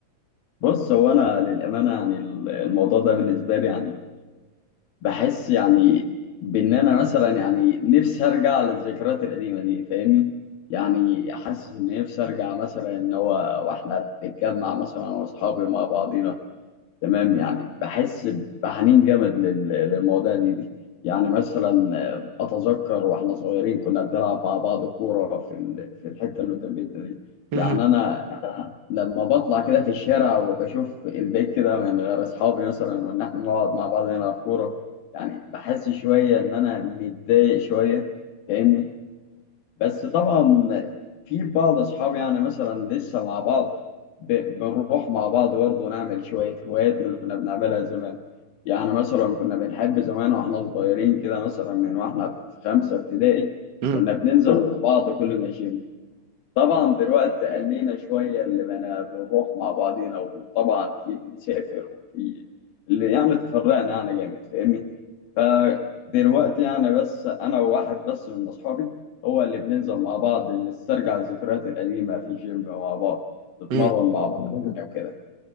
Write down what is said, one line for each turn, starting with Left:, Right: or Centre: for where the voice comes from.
Left: بص هو انا للامانه يعني ال- الموضوع ده بالنسبه لي يعني بحس يعني بان انا مثلا يعني نفسي ارجع للذكريات القديمه دي فاهمني يعني حاسس ان نفسي ارجع مثلا ان هو واحنا بنتجمع مثلا انا واصحابي مع بعضينا تمام يعني بحس بحنين جامد لل- للمواضيع دي دي يعني مثلا آه، اتذكر واحنا صغيرين كنا بنلعب مع بعض كوره في ال- في الحته اللي قدام بيتنا دي
Right: مهم.
Left: يعني انا لما بطلع كده في الشارع وبشوف البيت كده من غير اصحابي مثلا وان احنا نقعد مع بعض نلعب كوره يعني بحس شويه ان انا متضايق شويه فاهمني بس طبعا في بعض اصحابي يعني مثلا لسه مع بعض ب- بنروح مع بعض برضه نعمل شويه هوايات من اللي كنا بنعملها زمان يعني مثلا كنا بنحب زمان واحنا صغيرين كده مثلا من واحنا في خمسه ابتدائي
Right: مهم.
Left: كنا بننزل مع بعض كلنا جيم طبعا دلوقتي قلينا شوية اللي بنا بنروح مع بعضينا وطبعا في اللي سافر وفي اللي يعني اتفرقنا يعني جامد فاهمني فدلوقتي يعني بس أنا وواحد بس من أصحابي هو اللي بننزل مع بعض نسترجع الذكريات القديمة في جيم مع بعض نتمرن
Right: مهم.
Left: مع بعض يعني وكده